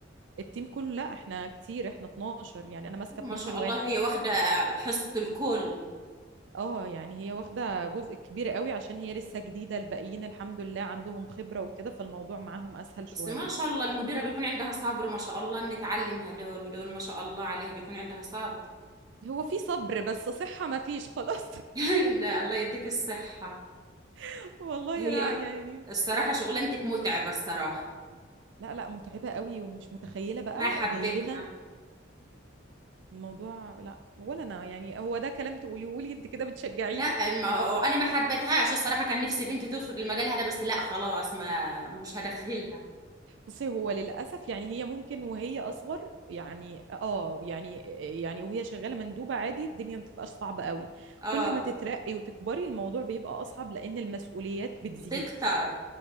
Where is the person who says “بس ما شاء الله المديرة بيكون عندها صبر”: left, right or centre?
Right